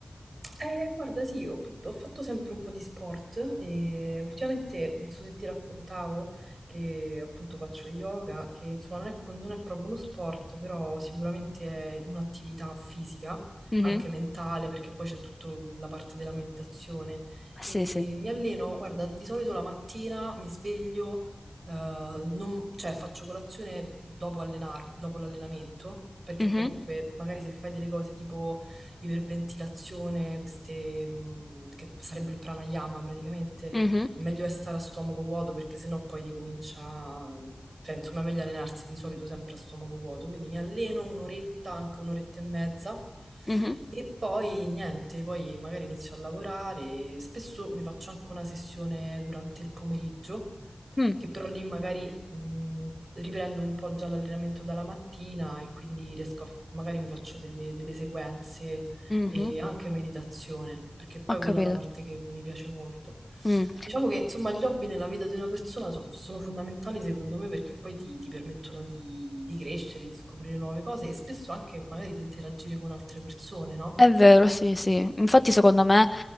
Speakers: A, on the right; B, on the left.
A: Eh, guarda, sì, ho, ho fatto sempre un po' di sport e ultimamente, non so se ti raccontavo, che appunto faccio yoga, che insomma non è, co- non è proprio uno sport, però sicuramente è un'attività fisica,
B: Mhm.
A: anche mentale, perché poi c'è tutta la parte della meditazione.
B: Sì,
A: E
B: sì.
A: mi alleno, guarda, di solito la mattina mi sveglio, eh, non- cioè faccio colazione dopo allenar- dopo l'allenamento, perché
B: Mhm,
A: comunque magari se fai delle cose tipo iperventilazione, queste, mh, che sarebbe il pranayama praticamente,
B: mhm,
A: è meglio è stare a stomaco vuoto perché sennò poi ti comincia, cioè insomma è meglio allenarsi di solito sempre a stomaco vuoto, quindi mi alleno un'oretta, anche un'oretta e mezza.
B: mhm,
A: E poi niente, poi magari inizio a lavorare, spesso mi faccio anche una sessione durante il pomeriggio,
B: mm,
A: che però lì magari mh, riprendo un po' già l'allenamento dalla mattina e quindi riesco a, f- magari mi faccio delle, delle sequenze
B: mhm.
A: e anche meditazione, perché poi
B: Ho capito.
A: quella è una parte che mi piace molto.
B: Mm.
A: Diciamo che insomma gli hobby nella vita di una persona so- sono fondamentali secondo me perché poi ti, ti permettono di, di crescere, di scoprire nuove cose e spesso anche magari di interagire con altre persone, no?
B: È vero, sì, sì. Infatti, secondo me,